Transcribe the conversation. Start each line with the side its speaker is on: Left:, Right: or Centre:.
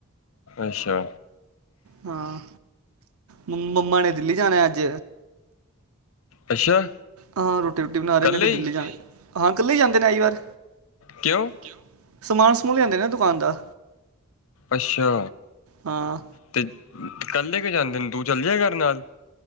Left: ਅੱਛਾ।
Right: ਹਾਂ, ਮੰਮਾ ਨੇ ਦਿੱਲੀ ਜਾਣਾ ਅੱਜ
Left: ਅੱਛਾ
Right: ਹਾਂ ਰੋਟੀ ਰੂਟੀ ਬਣਾ ਰਹੇ
Left: ਕੱਲੇ
Right: ਨੇ, ਫਿਰ ਦਿੱਲੀ
Left: ਹੀ
Right: ਜਾਣ ਹਾਂ ਇਕੱਲੇ ਜਾਂਦੇ ਕੇਈ ਵਾਰ
Left: ਕਿਓ?
Right: ਕਿਉਂ? ਸਮਾਨ ਸਮੂਨ ਲਿਆਂਦੇ ਨੇ ਦੁਕਾਨ ਦਾ।
Left: ਅੱਛਾ
Right: ਹਾਂ।
Left: ਤੇ ਕੱਲੇ ਕਿਉ ਜਾਂਦੇ ਨੇ ਤੂੰ ਚੱਲ ਜਿਆ ਕਰ ਨਾਲ